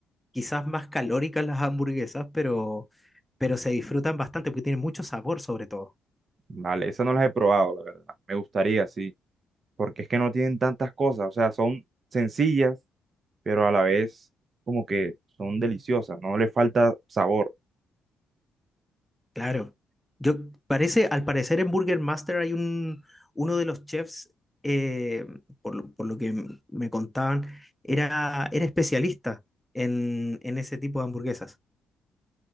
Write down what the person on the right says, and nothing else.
Vale, esas no las he probado, la verdad. Me gustaría, sí, porque es que no tienen tantas cosas, o sea, son sencillas, pero a la vez como que son deliciosas, no le falta sabor.